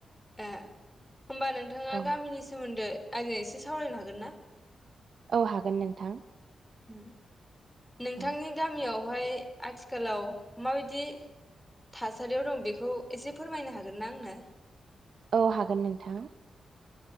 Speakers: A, in the centre; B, on the right (about 65°).
A: ए होमबा नोंथाङा
B: औ
A: गामिनि सोमोन्दो आंजो एसे सावरायनो हागोन ना
B: औ हागोन नोंथां
A: उम नोंथांनि
B: औ
A: गामियाव बेवहाय आथिखालाव माबायदि थासारियाव दं बेखौ एसे फोरमायनो हागोन ना आंनो
B: औ हागोन नोंथां